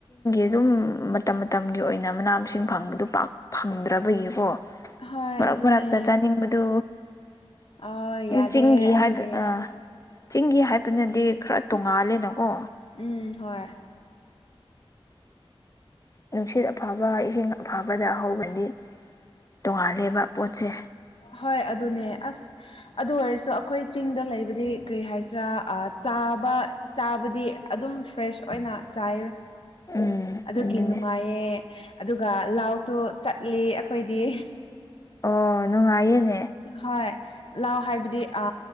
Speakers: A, on the left; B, on the left.
A: ꯑꯗꯨꯝ ꯃꯇꯝ ꯃꯇꯝꯒꯤ ꯑꯣꯏꯅ ꯃꯅꯥ ꯃꯁꯤꯡ ꯐꯪꯕꯗꯨ ꯄꯥꯛ ꯐꯪꯗ꯭ꯔꯕꯒꯤꯀꯣ
B: ꯍꯣꯏ
A: ꯃꯔꯛ
B: ꯑꯗꯨꯅꯦ
A: ꯃꯔꯛꯇ ꯆꯥꯅꯤꯡꯕꯗꯨ
B: ꯑꯥ ꯌꯥꯗꯦ
A: ꯆꯤꯡꯒꯤ
B: ꯑꯗꯨꯒꯤ
A: ꯍꯥꯏꯕ ꯑ ꯆꯤꯡꯒꯤ ꯍꯥꯏꯕꯅꯗꯤ ꯈꯔ ꯇꯣꯡꯉꯥꯜꯂꯦꯅꯀꯣ
B: ꯎꯝ ꯍꯣꯏ
A: <inaudible> ꯅꯨꯡꯁꯤꯠ ꯑꯐꯕ ꯏꯁꯤꯡ ꯑꯐꯕꯗ ꯍꯧꯕꯗꯤ ꯇꯣꯡꯉꯥꯜꯂꯦꯕ ꯄꯣꯠꯁꯦ
B: ꯍꯣꯏ ꯑꯗꯨꯅꯦ ꯑꯁ ꯑꯗꯨ ꯑꯣꯏꯔꯁꯨ ꯑꯩꯈꯣꯏ ꯆꯤꯡꯗ ꯂꯩꯕꯗꯤ ꯀꯔꯤ ꯍꯥꯏꯁꯤꯔꯥꯥ ꯆꯥꯕ ꯆꯥꯕꯗꯤ ꯑꯗꯨꯝ ꯐ꯭ꯔꯦꯁ ꯑꯣꯏꯅ ꯆꯥꯏ
A: ꯎꯝ
B: ꯑꯗꯨꯒꯤ
A: ꯑꯗꯨꯅꯦ
B: ꯅꯨꯡꯉꯥꯏꯌꯦ ꯑꯗꯨꯒ ꯂꯥꯎꯁꯨ ꯆꯠꯂꯤ ꯑꯩꯈꯣꯏꯗꯤ
A: ꯑꯣ ꯅꯨꯡꯉꯥꯏꯅꯦ
B: ꯍꯣꯏ ꯂꯥꯛꯑꯣ ꯍꯥꯏꯕꯗꯤ ꯑ